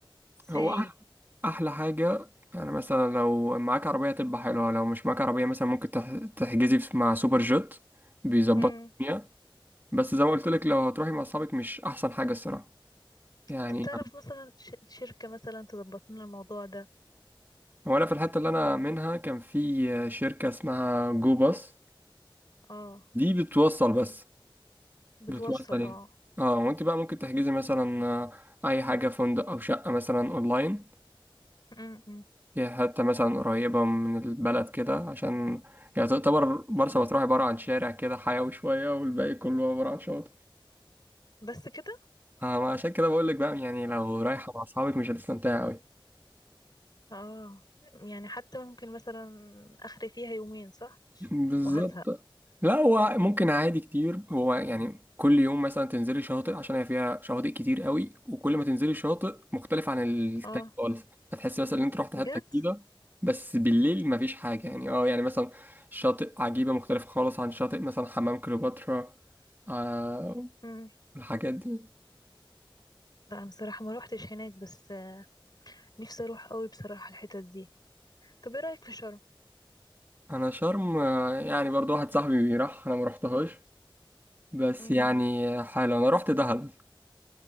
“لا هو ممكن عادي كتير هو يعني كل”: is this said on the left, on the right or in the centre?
Right